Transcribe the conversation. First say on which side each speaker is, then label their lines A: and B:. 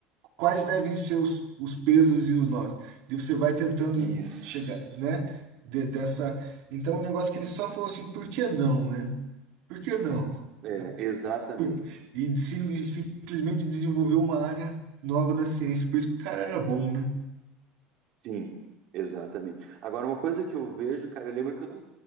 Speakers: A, on the right (about 70°); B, on the right (about 50°).
A: quais devem ser os, os pesos e os nós. E você vai tentando
B: Isso,
A: chegar, né? de- dessa. Então, o negócio que ele só falou assim, por que não, né? Por que não?
B: é, exatamente.
A: Por- E sim- e simplesmente desenvolveu uma área nova da ciência. Por isso que o cara era bom, né?
B: Sim, exatamente. Agora, uma coisa que eu vejo, cara, eu lembro que eu não,